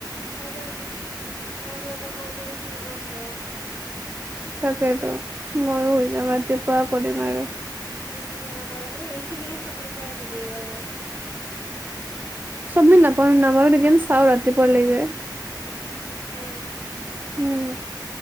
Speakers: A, on the left (about 50°); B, on the right (about 25°).
A: আৰু এটা, আৰু এটা কল কৰি শুই যাম মই।
B: তাকেইতো, ময়ো শুই যাম ৰাতিপুৱা কৰিম আৰু।
A: হ'ব আৰু এইখিনিকে চাবমিট মাৰি দিবি আৰু।
B: চাবমিট নাপাওঁ-নামাৰো নেকি চাওঁ ৰাতিপুৱালৈকে।
A: হে।
B: উম।